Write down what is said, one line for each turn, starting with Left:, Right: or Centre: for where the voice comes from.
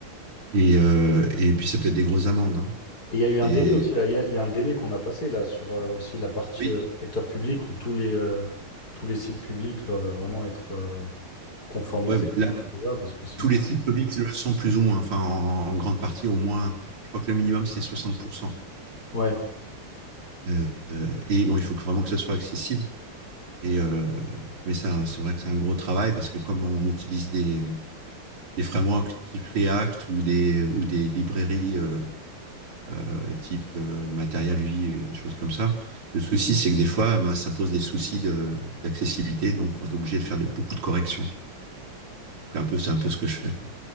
Right: Et, euh, et puis ça peut être des grosses amendes. hein.
Left: Et il y a eu
Right: C'est
Left: un délai aussi, là. Il y a, il y a un délai qu'on a passé là sur euh, aussi la partie
Right: oui,
Left: euh, secteur public où tous les, euh, tous les sites publics doivent vraiment être euh, conformité.
Right: ouais, là,
Left: Voilà, Parce que sinon.
Right: tous les sites publics le sont plus ou moins, enfin en, en grande partie au moins. Je crois que le minimum c'est 60%.
Left: Ouais.
Right: Euh, euh, et bon, il faut que, vraiment que ça soit accessible. Et, euh, mais ça, c'est vrai que c'est un gros travail parce que comme on utilise des, des frameworks type React ou des, ou des librairies euh, euh, type euh, Material UI, des choses comme ça, le souci, c'est que des fois, bah, ça pose des soucis de, d'accessibilité. Donc, on est obligé de faire des, beaucoup de corrections. Donc, un peu, c'est un peu ce que je fais. quoi.